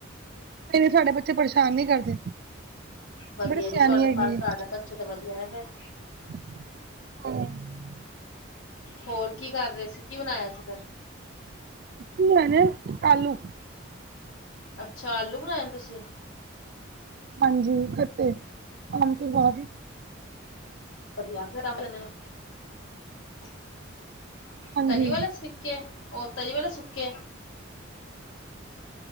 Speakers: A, on the right (about 50°); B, on the left (about 75°).
A: ਨਈ-ਨਈ ਸਾਡੇ ਬੱਚੇ ਪਰੇਸ਼ਾਨ ਨਈ ਕਰਦੇ।
B: ਵਦੀਆ
A: ਬੜੇ ਸਿਆਣੀ
B: ਜੀ ਤੁਆਡਾ
A: ਹੈਗੀ
B: ਘਰ ਤੁਆਡਾ
A: ਹੈ
B: ਬੱਚੇ ਤਾਂ ਵਦੀਆ ਨਾ ਫੇਰ।
A: <inaudible>
B: ਹੋਰ ਕੀ ਕਰ ਰਹੇ ਸੀ, ਕੀ ਬਣਾਇਆ ਸੀ ਫੇਰ?
A: ਅਸੀ ਬਨਾਏ ਨੇ ਆਲੂ।
B: ਅੱਛਾ, ਆਲੂ ਬਨਾਏ ਨੇ ਤੁਸੀਂ।
A: ਹਾਂਜੀ ਖੱਟੇ ਆਮਚੂਰ ਵਾਲੇ।
B: ਵਦੀਆ ਫਿਰ <unintelligible>
A: ਹਾਂਜੀ
B: ਤਰੀ ਵਾਲੇ। ਸੁਕੇੇ, ਓ ਤਰੀ ਵਲੇ ਸੁਕੇੇ।